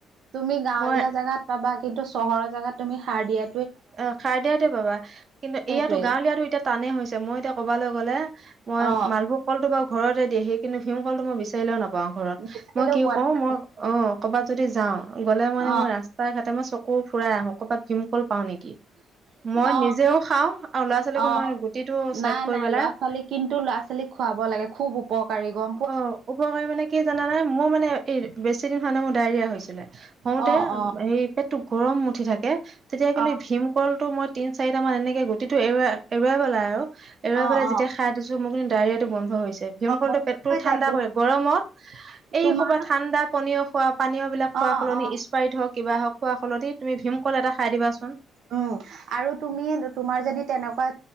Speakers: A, on the right (about 75°); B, on the right (about 50°).
A: তুমি গাঁৱলীয়া
B: মই
A: জাগাত পাবা কিন্তু চহৰৰ জেগাত তুমি সাৰ দিয়া
B: অঁ, সাৰ দিয়াটোয়ে পাবা। কিন্তু
A: সেইটোৱে
B: এয়াতো গাঁৱলীয়াটো এতিয়া টানেই হৈছে, মই এতিয়া কৰবালৈ গ'লে মই
A: অ
B: মালভোগ কলটো বাৰু ঘৰতে দিয়ে সি কিন্তু ভীম কলটো মই বিচাৰিলেও নাপাওঁ। ঘৰত,
A: বিচাৰিলেও
B: মই কি
A: পোৱা
B: কৰো
A: নাযায়
B: মই অঁ' কৰ'বাত যদি যাওঁ গ'লে মানে
A: অ
B: মই ৰা স্তাই ঘাটে মই চকু ফুৰাই আহো ক'ৰবাত ভীমকল পাওঁ নেকি। মই
A: অ
B: নিজেও খাওঁ আৰু ল'ৰা-ছোৱালীকো
A: অ
B: মই গুটিটো চাইড
A: নাই
B: কৰি
A: নাই
B: পেলাই
A: ল'ৰা ছোৱালী কিন্তু ল'ৰা-ছোৱালীক খুৱাব লাগে খুব উপকাৰী গ
B: অঁ উপকাৰী মানে কি জানানে মোৰ মানে বেছিদিন হোৱা নাই মোৰ ডায়েৰিয়া হৈছিলে। হওঁতে
A: অ অ
B: সেই পেটটো গৰম উঠি থাকে তেতিয়া কিন্তু
A: অ
B: ভীম কলটো মই তিন চাৰিটা মান এনেকে গুটিটো এৰুৱাই এৰুৱাই পেলাই আৰু এৰুৱাই
A: অ
B: পেলাই
A: অ
B: যেতিয়া খাই দিছো মোৰ কিন্তু ডায়েৰিয়াটো বন্ধ হৈছে, ভীমকলটোৱে
A: অ বস্তু
B: পেটটো
A: হৈ
B: ঠাণ্ডা
A: যায় বস্তু
B: কৰে গৰমত
A: তোমাৰ
B: এই ঠাণ্ডা পনীয় খোৱা পানীয় বিলাক খোৱা
A: অ
B: সলনি
A: অ
B: স্পাৰীত হওক, কিবা হওক খোৱা সলনি তুমি ভীমকল এটা খাই দিবাচোন।
A: উম আৰু তুমি তোমাৰ যদি তেনেকুৱা